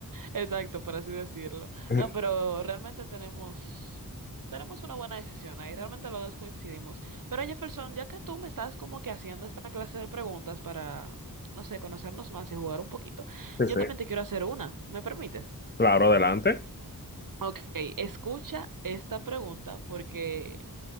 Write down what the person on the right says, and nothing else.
Exacto, por así decirlo.
No, pero realmente tenemos, tenemos una buena decisión ahí, realmente los dos coincidimos. Pero Jefferson, ya que tú me estás como que haciendo esta clase de preguntas para, no sé, conocernos más y jugar un poquito,
yo
también te quiero hacer una, ¿me permites?
Ok, escucha esta pregunta porque